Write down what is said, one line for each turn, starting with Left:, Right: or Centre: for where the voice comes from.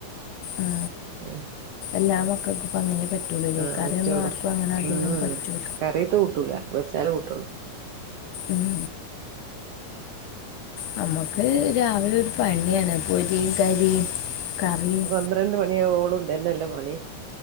Left: ഉം
Right: <unintelligible>
Left: <inaudible>
Right: ആഹ്
Left: കറിയൊന്നും
Right: പറ്റുള്ളൂ
Left: ആർക്കും അങ്ങനെ അധികം
Right: ഇം
Left: പറ്റൂല
Right: കറിയെത്ത് കൂട്ടൂല്ല വെച്ചാലേ കൂട്ടൊള്ളു
Left: ഉം നമ്മുക്ക് രാവിലെ ഒരു പണിയാണ്. പൊരിയും കരിയും കറിയും
Right: പന്ത്രണ്ട് മണിയാവോളും ഇതന്നെല്ലെ പണി.